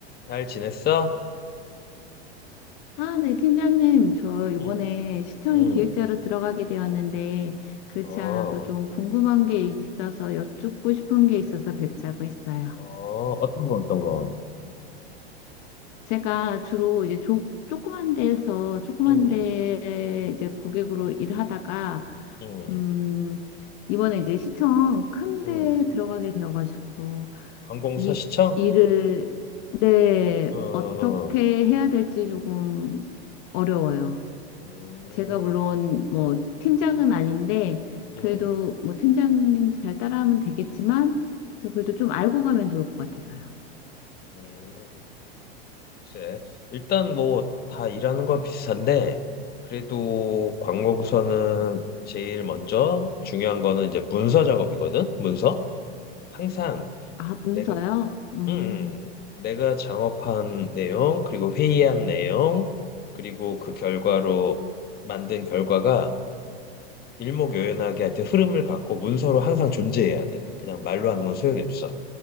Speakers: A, on the left; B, on the left.
A: 잘 지냈어?
B: 아, 네, 팀장님. 저 이번에
A: 응,
B: 시청의
A: 응,
B: 기획자로 들어가게 되었는데, 그렇지
A: 어,
B: 않아도 좀 궁금한 게 있어서 여쭙고 싶은 게 있어서 뵙자고 했어요.
A: 어, 어떤 거, 어떤 거?
B: 제가 주로 이제 조, 조그만 데에서, 조그만
A: 응,
B: 데 이제 고객으로 일하다가,
A: 응,
B: 음, 이번에 이제 시청 큰데
A: 응.
B: 들어가게 되어가지고,
A: 관공서
B: 이
A: 시청?
B: 일을, 네,
A: 응, 응,
B: 어떻게 해야 될지 조금 어려워요.
A: 응,
B: 제가 물론 뭐 팀장은 아닌데 그래도
A: 응,
B: 뭐 팀장님 잘 따라하면 되겠지만 또 그래도 좀 알고 가면 좋을 것 같아서요.
A: 응. 글쎄, 일단 뭐 다 일하는 건 비슷한데, 그래도 관공서는 제일 먼저 중요한 거는 이제 문서 작업이거든? 문서? 항상
B: 아, 문서요?
A: 내가,
B: 음.
A: 음, 내가 작업한 내용, 그리고 회의한 내용, 그리고 그 결과로 만든 결과가 일목요연하게 하여튼 흐름을 갖고 문서로 항상 존재해야 돼. 그냥 말로 하는 건 소용이 없어.